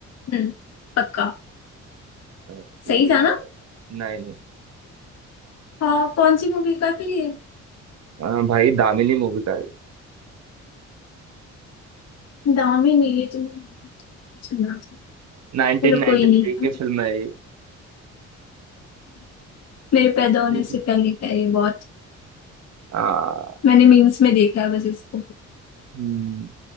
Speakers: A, on the left (about 55°); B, on the right (about 60°).
A: हम्म पक्का
B: नहीं
A: सही था
B: यार नहीं नहीं
A: हाँ कौन सी मूवी का फिर ये
B: हाँ भाई दामिनी मूवी का है,
A: दामिनी ये तो मैंने सुना था
B: नाइनटीन
A: चलो
B: नाइनटी
A: कोई नहीं
B: थ्री की फिल्म है ये
A: मेरे पैदा होने
B: ठीक
A: से
B: है
A: पहले का ये बहुत
B: आ,
A: मैंने मीम्स में देखा है बस इसको
B: हम्म